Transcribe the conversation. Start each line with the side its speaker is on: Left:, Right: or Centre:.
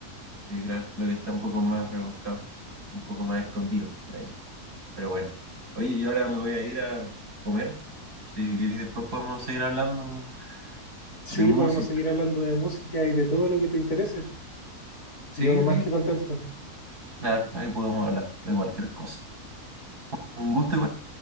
Right: Y claro, lo que está un poco más rebuscado, un poco más escondido por ahí. Pero bueno, oye, yo ahora me voy a ir a comer, si queréis después podemos seguir hablando
Left: Sí,
Right: de música.
Left: podemos seguir hablando de música y de todo lo que te interese.
Right: Sí,
Left: Yo más
Right: ahí,
Left: que contento.
Right: claro, ahí podemos hablar de cualquier cosa. Un gusto igual.